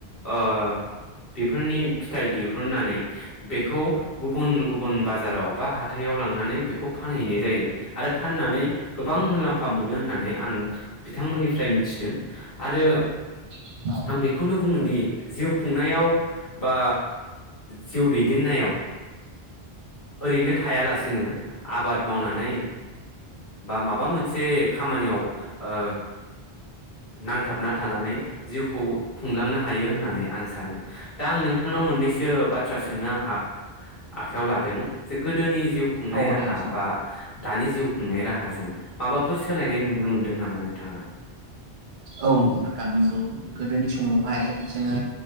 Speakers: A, on the left; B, on the right.
A: ओ बेफोरनि फिथाइ दिहुननानै बेखौ गुबुन गुबुन बाजाराव बा हाथायाव लांनानै बेखौ फानहैनाय जायो आरो फाननानै गोबां मुलाम्फा मोनो होननानै आं बिथांमोननिफ्राय मिथिदों आरो
B: नोंथां औ
A: आं बेखौनो बुंनो दि जिउ खुंनायाव बा जिउ दैदेननायाव ओ ओरैनो थायालासिनो आबाद मावनानै बा माबा मोनसे खामानियाव ओ नांथाबना थानानै जिउखौ खुंलांनो हायो होननानै आं सानो दा आंनो नोंथांनाव मोननैसो बाथ्रा सो नो हा आखाइयाव लादों गोदोनि जिउ खुंनाय
B: औ
A: राहा
B: दे सों
A: बा दानि जिउ खुंनाय राहाजों माबाफोर सोलायनाय नुनो मोन्दों नामा नोंथाङा
B: औ नोंथां नंगौ गोदोनि समावहाय जोङो